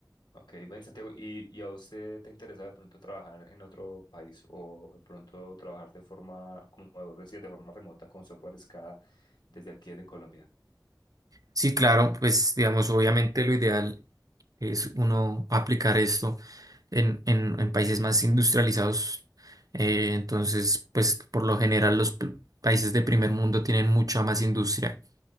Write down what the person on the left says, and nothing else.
Ok, ven Santiago, ¿y, y a usted te interesa de pronto trabajar en otro país o de pronto trabajar de forma, como vos decías, de forma remota con software SCADA desde aquí de Colombia?